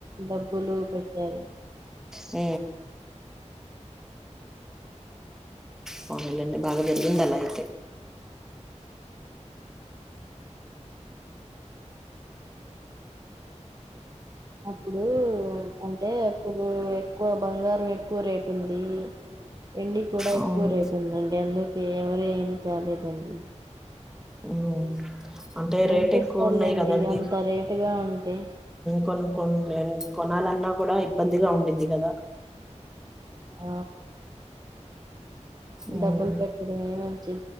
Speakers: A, on the right; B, in the centre.
A: డబ్బులు పెట్టారు
B: హ పనలే భాగా వెరిందల అతే
A: అప్పుడు అంటే అప్పుడు ఎక్కువ బంగారం ఎక్కువ రేటు ఉంది ఎండి కూడా
B: అవును
A: ఎక్కువ రేటు ఉందండి అందుకే ఎవరు ఏమి తాలేదండి
B: ఉమ్. అంటే రేట్
A: ఏం తెస్తారులేండి
B: ఎక్కువ ఉన్నాయి కదండి
A: అంత రేటుగా ఉంటే
B: కొన్ని కొన్ని కొనాలన్నా కూడా ఇబ్బందిగా ఉంంది అది కదా
A: ఆ
B: ఉమ్.
A: డబ్బులు పెట్టటిదు మేమ ది